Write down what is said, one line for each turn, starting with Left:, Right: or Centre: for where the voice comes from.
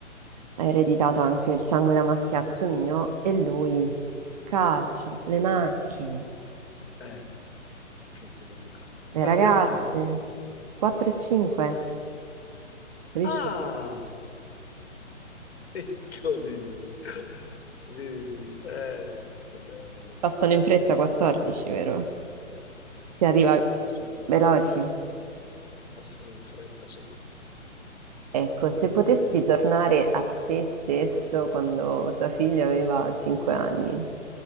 Right: ereditato anche il sangue da maschiaccio mio e lui il calcio, le macchine,
Left: eh, grazie, grazie.
Right: le
Left: Quanti
Right: ragazze,
Left: anni hanno?
Right: 4 e 5, capisci?
Left: Ah, eccoli. Vedi, eh, che bello.
Right: Passano in fretta 14, vero? Si arriva
Left: Passano,
Right: veloci.
Left: passano in fretta, sì,
Right: Ecco, se
Left: molto
Right: potessi
Left: velocemente.
Right: tornare a te stesso quando tua figlia aveva 5 anni,